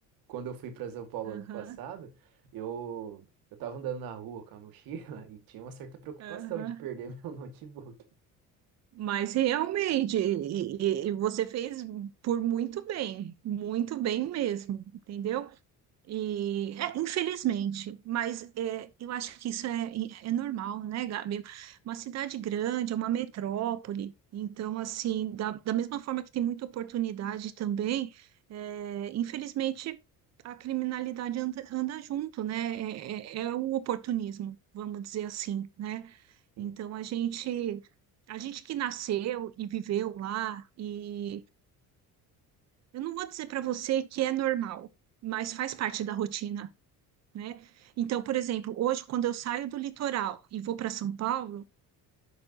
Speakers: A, on the right; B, on the right.
A: quando eu fui para São Paulo
B: Aham,
A: ano passado, eu eu estava andando na rua com a mochila <laughs> e tinha uma certa preocupação
B: aham.
A: de perder <laughs> meu notebook.
B: Mas realmente, e, e- e você fez por muito bem, muito bem mesmo, entendeu? E, é, infelizmente, mas é, eu acho que isso é, é normal, né, Gabi? Uma cidade grande, é uma metrópole, então, assim, da, da mesma forma que tem muita oportunidade também, é, infelizmente, a criminalidade anda, anda junto, né? É, é, é o oportunismo, vamos dizer assim, né?
A: Sim.
B: Então, a gente, a gente que nasceu e viveu lá, e eu não vou dizer para você que é normal, mas faz parte da rotina né? Então, por exemplo, hoje, quando eu saio do litoral e vou para São Paulo,